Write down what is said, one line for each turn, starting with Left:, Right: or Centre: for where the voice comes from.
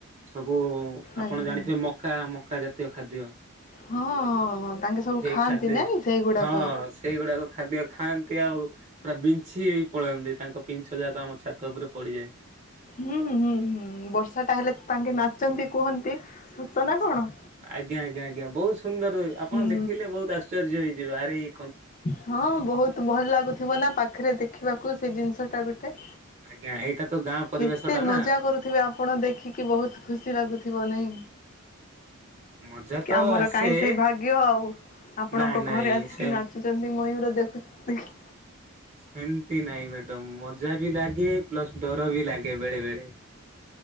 Right: ସବୁ
Left: ଆଜ୍ଞା
Right: ଆପଣ ଜାଣିଥିବେ
Left: ଆଜ୍ଞା
Right: ମକା, ମକା ଜାତୀୟ ଖାଦ୍ୟ।
Left: ହଁ ହଁ ତାଙ୍କେ ସବୁ
Right: ସେଇ
Left: ଖାଆନ୍ତି
Right: ଖାଦ୍ୟ
Left: ନାଇଁ। ସେଇଗୁଡାକ
Right: ହଁ ସେଇଗୁଡାକ ଖାଦ୍ୟ ଖାଆନ୍ତି ଆଉ ପୁରା ବିଞ୍ଛି ହେଇ ପଳାନ୍ତି ତାଙ୍କ ପିଞ୍ଛ ଯାକ ଆମ ଛାତ ଉପରେ ପଡିଯାଏ।
Left: ହୁଁ ହୁଁ ହୁଁ ବର୍ଷା ଟା ହେଲେ ତାଙ୍କେ ନାଚନ୍ତି କୁହନ୍ତି ସତ ନା କଣ?
Right: ଆଜ୍ଞା ଆଜ୍ଞା ଆଜ୍ଞା ବହୁତ ସୁନ୍ଦର ଏ ଆପଣ
Left: ହୁଁ
Right: ଦେଖିଲେ ବହୁତ ଆଶ୍ଚର୍ଯ୍ୟ ହେଇଯିବେ ଆରେ ଏ
Left: ହଁ ବହୁତ ଭଲ ଲାଗୁଥିବ ନା ପାଖେରେ ଦେଖିବାକୁ ସେଇ ଜିନିଷ ଟା ଗୋଟେ।
Right: ଆଜ୍ଞା ଏଇଟା ତ ଗାଁ ପରିବେଶ
Left: କେତେ
Right: ଟା
Left: ମଜା
Right: ନା
Left: କରୁଥିବେ ଆପଣ ଦେଖିକି ବହୁତ ଖୁସି ଲାଗୁଥିବ ନାଇଁ?
Right: ମଜା
Left: କି
Right: ତ
Left: ଆମର
Right: ଆସେ
Left: କାହିଁ ସେଇ ଭାଗ୍ୟ ଆଉ ଆପଣଙ୍କ
Right: ନାଇଁ ନାଇଁ
Left: ଘରେ ଆସିକି
Right: ସେ
Left: ନାଚ ଛନ୍ତି ମୟୂର ଦେଖୁ ନ୍ତିକି
Right: ହେମତି ନାଇଁ ମ୍ୟାଡାମ ମଜା ବି ଲାଗେ ପ୍ଲସ ଡର ବି ଲାଗେ ବେଳେ ବେଳେ।